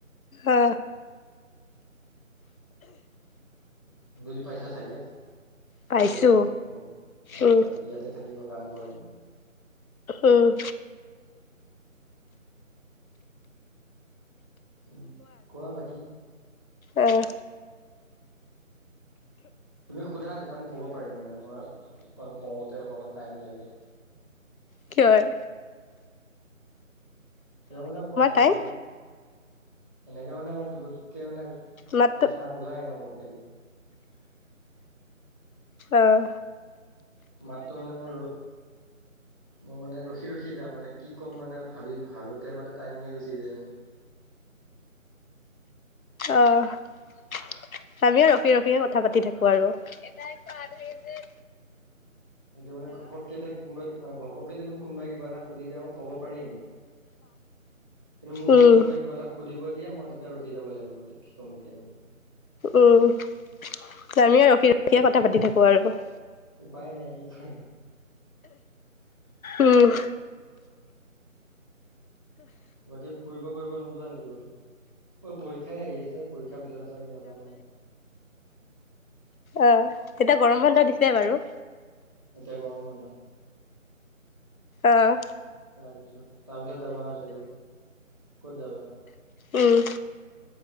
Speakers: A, on the left; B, on the left.
A: অ
B: বুজি পাইচা চাগে
A: পাইছো
B: ক'ত আছ? গম অ
A: উম
B: তাত ইয়াতে থাকি মই কাম কৰো মানে।
A: উম।
B: উম কোৱা বাকী।
A: অহ।
B: তুমি সোধা তেতিয়া মই ক'ব পাৰিম। মানে মই অ কওঁতে অকমান টাইম লাগে।
A: কিয় এ?
B: কিয় মানে কথা
A: টাইম
B: পাতি এনেকে মানে মই পুতুককে মানে
A: মাতটো
B: কথা নোলাই মো মোখেদি
A: অহ
B: মাততো মানে মই ৰ মই মানে ৰখি ৰখি যাওঁ মানে কি ক'ম মানে ভাবি ভা- ভাবোতে মানে টাইমে গুচি যায় মোৰ
A: অ আমিও ৰখি ৰখিহে কথা পাতি থাকো আৰু আধুৰি যে
B: এইটো মানে ঘপকে এতিয়া কোনোবাই অহ ঘপকে যদি মোক কোনোবাই কিবা এটা সুধি দিয়ে মই ক'ব পাৰিম কিন্তু মোক
A: উম
B: যদি কোনোবাই কিবা এটা সুধিব দিয়ে মই তেতিয়া ৰখি যাব লাগিব মানেটো কি ক'ম এতিয়া মই
A: উম জামীয়ে ৰখি ৰখিয়ে কথা পাতি থাকো আৰু
B: উপায় নাই কি কে
A: উম
B: বাকী ফুৰিব কৰিব নোযোৱা নেকি কতো অ পৰীক্ষাই আহি আছে পৰী- ৰীক্ষাৰ পিছতে চাগে যাবা ন
A: অহ এতিয়া গৰম বন্ধ দিছে বাৰু
B: এতিয়া গৰম বন্ধ
A: অহ
B: তাৰপিছত তাৰপিছত যাবা আৰু চাগে ক'ত যাবা
A: উম।